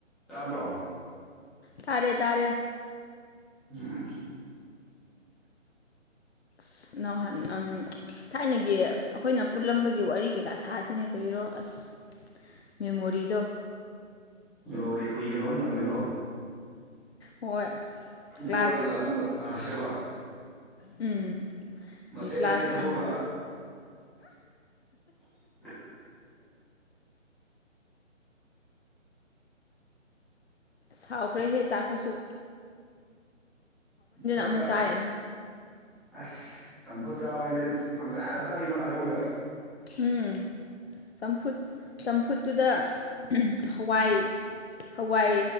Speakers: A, in the centre; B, on the left.
A: ꯇꯥꯕ꯭ꯔꯣ
B: ꯇꯥꯔꯦ ꯇꯥꯔꯦ
A: ꯎꯝ
B: ꯑꯁ ꯅꯍꯥꯟ ꯎꯝ ꯊꯥꯏꯅꯒꯤ ꯑꯩꯈꯣꯏꯅ ꯄꯨꯜꯂꯝꯕꯒꯤ ꯋꯥꯔꯤ ꯀꯩꯀꯥ ꯁꯥꯁꯤꯅꯦ ꯀꯔꯤꯔꯣ ꯑꯁ ꯃꯦꯃꯣꯔꯤꯗꯣ
A: ꯋꯥꯔꯤ ꯀꯨꯏꯈ꯭ꯔꯕ ꯑꯃ ꯇꯝꯒꯦꯗꯣ
B: ꯍꯣꯏ ꯀ꯭ꯂꯥꯁ
A: ꯗꯣꯛꯂꯛꯔꯒ ꯑꯃꯨꯛ ꯑꯥ ꯁꯤꯔꯕ
B: ꯎꯝ
A: ꯃꯆꯦꯠ
B: ꯀ꯭ꯂꯥꯁ
A: ꯃꯆꯦꯠ ꯐꯨꯠꯇꯣꯛꯑꯒ
B: ꯑ
A: <inaudible>
B: ꯁꯥꯎꯈ꯭ꯔꯦꯍꯦ ꯆꯥꯛꯀꯤꯁꯨ
A: ꯆꯥꯛꯆꯥ
B: ꯑꯃꯨꯛ ꯆꯥꯔꯤꯅꯦ
A: ꯑꯁ ꯆꯝꯐꯨꯠ ꯆꯥꯎ ꯍꯥꯏꯕꯁꯦ ꯄꯪꯆꯥꯗ ꯆꯥꯕꯤ ꯃꯥꯜꯂꯦ ꯑꯃꯨꯀ
B: ꯎꯝ ꯆꯝꯐꯨꯠ ꯆꯝꯐꯨꯠꯇꯨꯗ ꯍꯋꯥꯏ ꯍꯋꯥꯏ